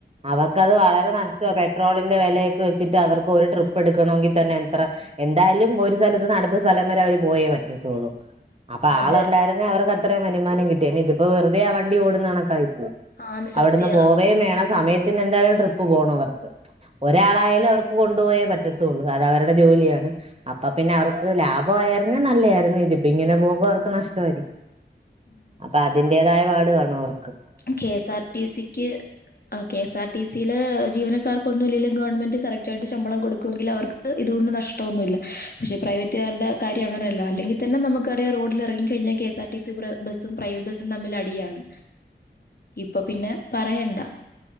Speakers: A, on the right (about 35°); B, on the left (about 55°).
A: അവർക്കത് വളരെ നഷ്ടമാണ് പെട്രോളിന്റെ വിലയൊക്കെ വെച്ചിട്ട് അവർക്ക് ഒരു ട്രിപ്പ് എടുക്കണമെങ്കിൽ തന്നെ എത്ര എന്തായാലും ഒരു സ്ഥലത്ത് നടത്ത സ്ഥലം വരെ അവര് പോയേ പറ്റു പറ്റത്തുള്ളൂ അപ്പൊ
B: അതെ
A: ആള ഉണ്ടായിരുന്നേ അവർ അത്രയും വനുമാനം കിട്ടിയ ഇതിപ്പോ വെറതെ ആ വണ്ടി ഓടുന്നാണക്കായി
B: ആണ്
A: അവിടുന്ന്
B: സത്യ
A: പോവേം വേണം സമയത്തിന് എന്തായാലും ട്രിപ്പ് പോകണ. അവർക്ക് ഒരാളായാലും അവർക്ക് കൊണ്ടുപോയേ പറ്റ റ്റത്തുള്ളൂ അത് അവരുടെ ജോലിയാണ് അപ്പൊ പിന്നെ അവർക്ക് ലാഭ പോയരുന്നേ നല്ലായി ഇതിപ്പ ഇങ്ങനെ പോകുമ്പോ അവർക്ക് നഷ്ടമായിരിക്കും അപ്പൊ അതിന്റേതായ പാട് കാണു അവർ
B: കെ എസ് ആർ ടി സിക്ക് കെ എസ് ആർ ടി സിൽ ജീവനാർക്കൊന്നും ഇല്ലങ്കിൽ ഗവൺമെന്റ് കറക് ആയിട്ട് ശമ്പളം കൊടുക്ക ടങ്കിൽ അവർക്ക്തൊണ്ട് നഷ്ടംഒന്നുമില്ല പക്ഷെ പ്രൈവറ്റുകാരുടെ കരൃം അങ്ങനെയല്ലോ അല്ലെങ്കിൽ തന്നെ നമുക്കറാം റോഡിറങ്ങി കഴിഞ്ഞാൽ എസ് ആർടിസി ബ പ്രൈവറ്റ് ബസ്സും തമ്മിൽ അടിയാണ് ഇപ്പൊ പിന്നെ പറയണ്ട